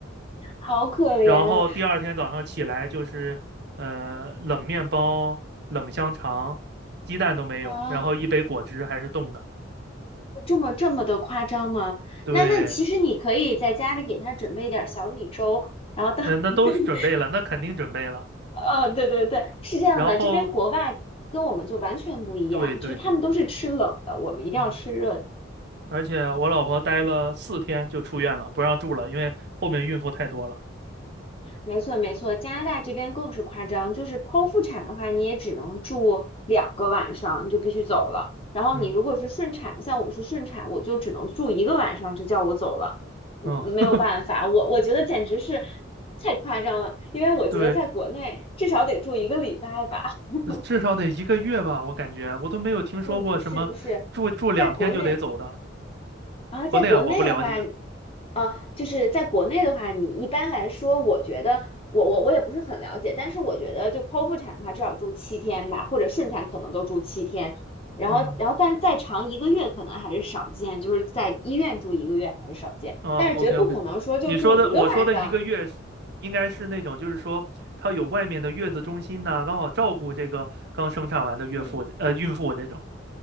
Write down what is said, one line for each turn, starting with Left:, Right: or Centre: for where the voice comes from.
Left: 好可怜
Right: 然后第二天早上起来就是呃冷面包、冷香肠，鸡蛋都没有，
Left: 啊。
Right: 然后一杯果汁还是冻的。
Left: 这么这么的夸张吗？
Right: 对，
Left: 那那其实你可以在家里给他准备一点儿小米粥，然后当，
Right: 嗯、那都是准备了，
Left: <laughs>
Right: 那肯定准备了。
Left: 嗯、对对对，是这样的，
Right: 然后
Left: 这边国外跟我们就完全不一样，
Right: 对对对，
Left: 就是他们都是吃冷的，我们一定要吃热的。
Right: 嗯，而且我老婆待了四天就出院了，不让住了，因为后面孕妇太多了。
Left: 没错，没错，加拿大这边更是夸张，就是剖腹产的话，你也只能住两个晚上，你就必须走了。然后你如果是顺产，
Right: 嗯
Left: 像我是顺产，我就只能住一个晚上，就叫我走了，我没有办法，
Right: 嗯，
Left: 我我觉得简直是太夸张了，因为我觉得在国内至少得住一个礼拜吧。
Right: <laughs> 对，
Left: <laughs>
Right: 呃至少得一个月吧，我感觉我都没有听说过什么住住两天就得走的，
Left: 嗯，不是不是，在国内，然后在国内的话，
Right: 国内啊我不了解。
Left: 啊，就是在国内的话，你一般来说，我觉得我我我也不是很了解，但是我觉得就剖腹产的话，至少住七天吧，或者顺产可能都住七天，然后然后但再长一个月可能还是少见，
Right: 嗯。
Left: 就是在医院住一个月还是少见，
Right: 哦，OK
Left: 但是绝不可能说就住一个晚上。
Right: OK，你说的我说的一个月是应该是那种，就是说它有外面的月子中心呐、刚好照顾这个刚生产完的岳妇呃孕妇这种。
Left: 嗯，